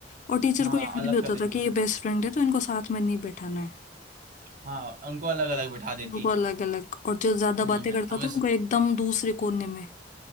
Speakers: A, on the left (about 45°); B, on the right (about 45°).
A: और टीचर
B: हाँ
A: को याद
B: अलग
A: भी होता
B: कर देती
A: था कि
B: थी
A: ये बेस्ट फ्रेंड है तो इनको साथ में नहीं बैठाना है
B: हाँ उनको अलग अलग बैठा देती
A: उनको अलग अलग और जो ज्यादा
B: हम्म
A: बातें करता
B: हम जैसे
A: था उनको एकदम दूसरे कोने में